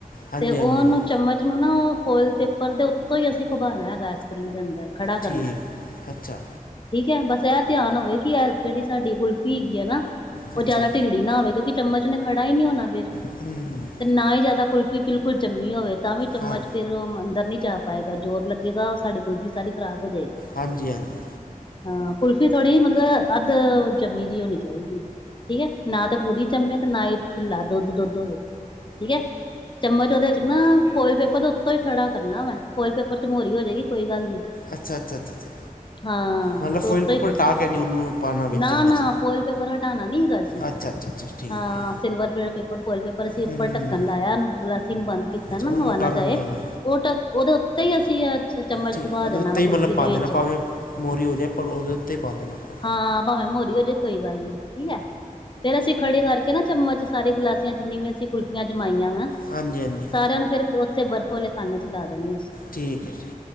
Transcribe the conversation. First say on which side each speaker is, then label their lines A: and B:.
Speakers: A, on the left (about 80°); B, on the left (about 35°).
A: ਹਾਂਜੀ
B: ਤੇ ਉਹਨੂੰ
A: ਹਾਂਜੀ ਹਾਂਜੀ
B: ਚਮਚ ਨੂੰ ਨਾ ਉਹ। ਫ਼ੋਇਲ ਪੇਪਰ ਦੇ ਉੱਤੋਂ ਹੀ ਅਸੀਂ ਖੁਮਾਨਾ ਹੈਗਾ ਆਈਸ ਕਰ੍ਰੀਮ ਦੇ ਅੰਦਰ ਖੜਾ ਕਰਨਾ।
A: ਠੀਕ ਹੈ। ਅੱਛਾ
B: ਠੀਕ ਹੈ ਬਸ ਇਹ ਧਿਆਨ ਹੋਵੇ ਕਿ ਇਹ ਜਿਹੜੀ ਸਾਡੀ ਕੁਲਫੀ ਹੈਗੀ ਹੈ ਨਾ। ਉਹ
A: ਅੱਛਾ
B: ਜ਼ਿਆਦਾ ਢਿੱਲੀ ਨਾ ਹੋਵੇ ਕਿਉਂਕਿ ਚਮਚ ਨੇ ਖੜਾ ਹੀ ਨਹੀਂ ਹੋਣਾ ਫਿਰ।
A: ਹਮ
B: ਤੇ ਨਾ ਹੀ ਜਿਆਦਾ ਕੁਲਫ਼ੀ ਬਿਲਕੁਲ ਜੰਮੀ ਹੋਵੇ ਤਾਂ ਵੀ ਚਮਚ
A: ਹਾਂ
B: ਫਿਰ ਉਹ ਅੰਦਰ ਨੀ ਜਾ। ਪਾਏਗਾ ਜ਼ੋਰ ਲੱਗੇਗਾ ਸਾਡੀ ਕੁਲਫ਼ੀ ਸਾਰੀ ਖਰਾਬ ਹੋ ਜਾਏਗੀ।
A: ਹਾਂਜੀ ਹਾਂਜੀ
B: ਹਾਂ ਕੁਲਫੀ ਥੋੜ੍ਹੀ ਮਤਲਬ ਅੱਧ ਜੰਮੀ ਜਿਹੀ ਹੋਣੀ ਚਾਹੀਦੀ ਹੈ। ਠੀਕ ਹੈ ਨਾ ਤੇ ਪੂਰੀ ਜੰਮੇ ਤੇ ਨਾ ਹੀ ਢਿੱਲਾ ਦੁੱਧ ਦੁੱਧ ਹੋਵੇ ਠੀਕ ਹੈ। ਚਮਚ ਉਹਦੇ ਚ ਨਾ ਫੋਇਲ ਪੇਪਰ ਦਾ ਉੱਤੋਂ ਹੀ ਖੜਾ ਕਰਨਾ ਵੈਂ। ਫੋਇਲ ਪੇਪਰ ਚ ਮੋਹਰੀ ਹੋ ਜਾਏਗੀ ਕੋਈ ਗੱਲ ਨੀ।
A: ਅੱਛਾ, ਅੱਛਾ, ਅੱਛਾ।
B: ਹਾਂ
A: ਮਤਲਬ
B: ਤੇ
A: ਫੋਆਇਲ
B: ਉੱਤੋਂ
A: ਪੇਪਰ
B: ਹੀ
A: ਹਟਾ ਕੇ ਨਹੀਂ ਉਹਨੂੰ ਪਾਉਣਾ ਵਿੱਚ
B: ਨਾ
A: ਚਮਚ।
B: ਨਾ ਫੋਇਲ ਪੇਪਰ ਹਟਾਉਣਾ ਨੀ ਹੈਗਾ ਸੀ।
A: ਅੱਛਾ ਅੱਛਾ ਅੱਛਾ ਠੀਕ
B: ਹਾਂ
A: ਹੈ।
B: ਸਿਲਵਰ ਪੇਪਰ ਪਇਲ ਪੇਪਰ ਅਸੀਂ ਉੱਪਰ
A: ਹੂੰ ਹੂੰ
B: ਢੱਕਣ ਲਾਇਆ ਉਹਨ ਗਲਾਸੀ ਨੂੰ ਬੰਦ ਕੀਤਾ
A: ਅੱਛਾ,
B: ਨਾ
A: ਉਹਨੂੰ
B: ਹਵਾ ਨਾ
A: ਟਾਣਾ
B: ਜਾਏ।
A: ਨਹੀਂ ਹੈਗਾ
B: ਉਹ ਟ ਉਹਦੇ ਉੱਤੇ ਹੀ ਅਸੀਂ। ਚਮਚ
A: ਠੀਕ
B: ਖੁਵਾ
A: ਉਹਦੇ
B: ਦੇਣਾ
A: ਉੱਤੇ
B: ਵਾ ਕੁਲਫ਼ੀ
A: ਹੀ ਮਤਲਬ
B: ਦੇ
A: ਪਾ ਦੇਣਾ
B: ਵਿੱਚ
A: ਭਾਵੇਂ ਮੋਹਰੀ ਹੋ ਜਾਵੇ। ਪਰ ਉਹਦੇ ਉੱਤੇ ਹੀ ਪਾ ਦੇਣਾ ਆਪਾਂ।
B: ਹਾਂ ਭਾਵੇਂ ਮੋਹਰੀ ਹੋ ਜਾਏ ਕੋਈ ਗੱਲ ਨੀ ਠੀਕ ਹੈ ਫੇਰ ਅਸੀਂ ਖੜੇ ਕਰਕੇ। ਚਮਚ ਸਾਰੀ ਗਲਾਸੀਆਂ ਜਿਨੀ ਵੀ ਅਸੀਂ ਕੁਲਫੀਆਂ ਜਮਾਈਆਂ ਵਾ।
A: ਹਾਂਜੀ ਹਾਂਜੀ
B: ਸਾਰਿਆਂ ਨੂੰ ਫਿਰ ਉੱਥੇ ਬਰਫ਼ ਵਾਲੇ ਖਾਨੇ ਚ ਲਾ ਦੇਣੀ ਅਸੀਂ।
A: ਠੀਕ ਹੈ ਠੀਕ